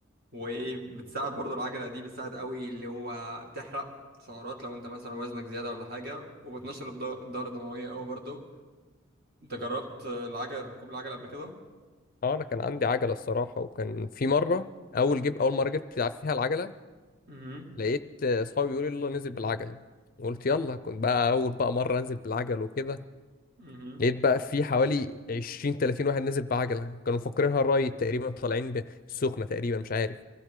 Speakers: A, on the right; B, on the left.
A: وايه بتساعد برضو العجله دي بتساعد قوي اللي هو بتحرق سعرات لو انت مثلا وزنك زياده ولا حاجه وبتنشر الد- الدوره الدمويه قوي برضو انت جربت العجله ركوب العجله قبل كده
B: اه انا كان عندي عجلة الصراحة وكان في مرة اول جيب اول مرة جبت لعب فيها العجلة
A: امم
B: لقيت آه، اصحابي بيقولوا لي يلا ننزل بالعجلة قلت يلا كنت بقى اول بقى مرة انزل بالعجل وكده
A: امم
B: لقيت بقى في حوالي 20 30 واحد نازل بعجله كانوا مفكرينها الرايد تقريبا طالعين ب- السخنه تقريبا مش عارف